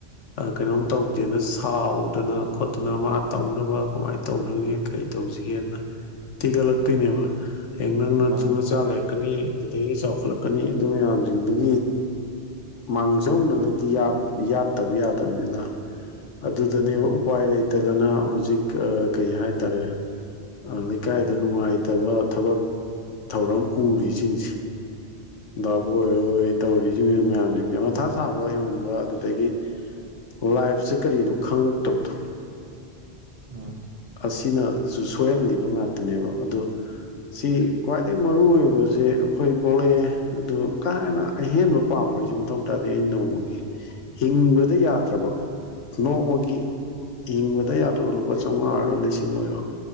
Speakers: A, on the left; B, on the right.
A: ꯑꯥ ꯀꯩꯅꯣꯝ ꯇꯧꯗꯦꯅ ꯁꯥꯎꯗꯅ ꯈꯣꯠꯇꯅ ꯃꯥ ꯇꯧꯅꯕ ꯀꯃꯥꯏ ꯇꯧꯗ꯭ꯔꯤꯉꯦ ꯀꯩ ꯇꯧꯁꯤꯒꯦꯅ ꯇꯤꯒꯠꯂꯛꯇꯣꯏꯅꯦꯕ ꯍꯌꯦꯡ ꯅꯪ ꯅꯇꯨ
B: ꯃꯥꯅꯦ
A: ꯅꯆꯥ ꯂꯦ ꯀꯅꯤ ꯑꯗꯨꯗꯒꯤ ꯆꯥꯎꯈꯠꯂꯛꯀꯅꯤ ꯑꯗꯨ ꯃꯌꯥꯝꯁꯤꯡꯗꯨꯒꯤ ꯃꯥꯡꯖꯧꯅꯅꯗꯤ ꯌꯥꯠ ꯌꯥꯠꯇꯕ ꯌꯥꯗꯕꯅꯤꯅ ꯑꯗꯨꯗꯅꯦꯕ
B: ꯎꯝ
A: ꯎꯄꯥꯏ ꯂꯩꯇꯗꯅ ꯍꯧꯖꯤꯛ ꯑꯥ ꯀꯩꯍꯥꯏꯇꯥꯔꯦ ꯑꯥ ꯂꯩꯀꯥꯏꯗ ꯅꯨꯡꯉꯥꯏꯇꯕ ꯊꯕꯛ ꯊꯧꯔꯝ ꯄꯨꯔꯤꯁꯤꯡꯁꯤ ꯗꯥꯕꯣꯏ ꯍꯣꯏ ꯇꯧꯔꯤꯁꯤꯡ ꯃꯌꯥꯝꯁꯤꯡꯁꯦ ꯃꯊꯥ ꯁꯥꯕ ꯍꯦꯟꯃꯟꯕ ꯑꯗꯨꯗꯒꯤ ꯂꯥꯏꯐꯁꯦ ꯀꯔꯤꯅꯣ ꯈꯪꯉꯛꯇꯕꯗꯣ
B: ꯑ <unintelligible> <inaudible>
A: ꯑꯁꯤꯅꯁꯨ ꯁꯣꯏꯍꯜꯂꯤꯕ ꯉꯥꯛꯇꯅꯦꯕ ꯑꯗꯣ ꯁꯤ ꯈ꯭ꯋꯥꯏꯗꯒꯤ ꯃꯔꯨꯑꯣꯏꯔꯤꯕꯁꯦ ꯑꯩꯈꯣꯏ ꯄꯣꯛꯂꯛꯑꯦ ꯑꯗꯨ ꯀꯥ ꯍꯟꯅ ꯑꯍꯦꯟꯕ ꯄꯥꯝꯕꯩꯁꯨ ꯃꯊꯧ ꯇꯥꯗꯦ ꯑꯩ ꯅꯣꯡꯃꯒꯤ ꯍꯤꯡꯕꯗ ꯌꯥꯗ꯭ꯔꯕ ꯅꯣꯡꯃꯒꯤ ꯒꯤꯍꯤꯡꯕꯗ ꯌꯥꯗ꯭ꯔꯕ ꯂꯨꯄꯥ ꯆꯥꯝꯃꯉꯥ ꯑꯣꯏꯔꯣ ꯂꯤꯁꯤꯡ ꯑꯣꯏꯔꯣ